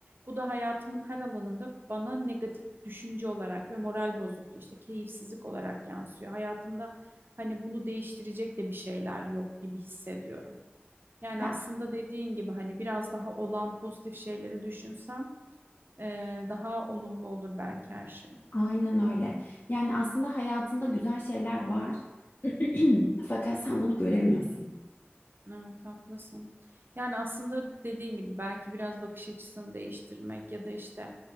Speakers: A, on the right (about 60°); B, on the left (about 50°).
A: Bu da hayatımın her alanında bana negatif düşünce olarak ve moral bozukluğu işte keyifsizlik olarak yansıyor. Hayatımda hani bunu değiştirecek de bir şeyler yok gibi hissediyorum. Yani
B: Ya
A: aslında dediğin gibi hani biraz daha olan pozitif şeyleri düşünsem e, daha olumlu olur belki her şey.
B: Aynen öyle. Yani aslında hayatında güzel şeyler var. <clears throat> Fakat sen bunu göremiyorsun.
A: Evet haklısın. Yani aslında dediğin gibi belki biraz bakış açısını değiştirmek ya da işte